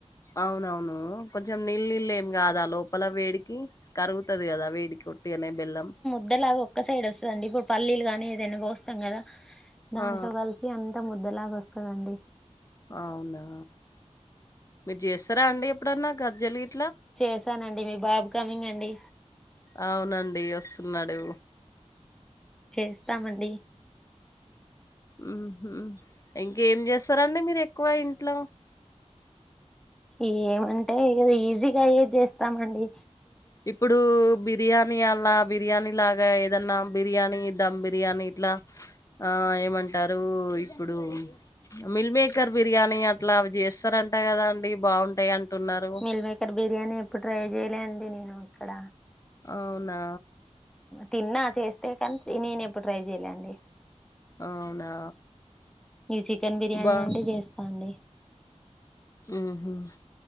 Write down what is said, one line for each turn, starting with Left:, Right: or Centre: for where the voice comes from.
Left: అవునవును కొంచెం నీళ్ళు నీళ్ళు ఏం కాదా లోపల వేడికి కరుగుతది గదా వేడికి ఉట్టిగనే బెల్లం
Centre: డ్డలాగా ఒక్క సైడ్ ఒస్తదండి ఇప్పుడు పల్లీలు గాని ఏదైనా వోస్తాం గదా దాంట్లో
Left: ఆ
Centre: కల్స్ అంత ముద్దలాగొస్తదండి
Left: అవునా మీరు జేస్తారా అండి ఎప్పుడన్నా గర్జేలు గి
Centre: చేశానండి మీ బాబు కమింగ్ అండి
Left: అవునండీ వసున్నాడు
Centre: చేస్తామండి
Left: ఉహుం ఇంకేం చేస్తారండి మీరు ఎక్కువ ఇంట్లో
Centre: ఏమంటే ఇగ ఈజీగాయ్యేది జేస్తామండి
Left: ఇప్పుడు బి బిర్యానీ అలా బిర్యానీ లాగా ఏదన్నా బిర్యానీ ధమ్ బిర్యానీ ఇట్లా ఆ ఏమంటారు ఇప్పుడు మిల్ మేకర్ బిర్యానీ అట్లా అవి చేస్తారంటా కదా అండి బావుంటయి అంటున్నారు
Centre: మీల్ మేకర్ బిర్యానీ ఎప్పుడు ట్రై చేయలే అండి నేను ఇక్కడ
Left: అవునా
Centre: తిన్నా చేస్తే కానీ నేనెప్పుడు ట్రై చెయ్యలే అండి
Left: అవునా
Centre: ఈ చికెన్ బిర్యానీ
Left: బా
Centre: అంటే చేస్తా అండి
Left: మ్మ్ హ్మ్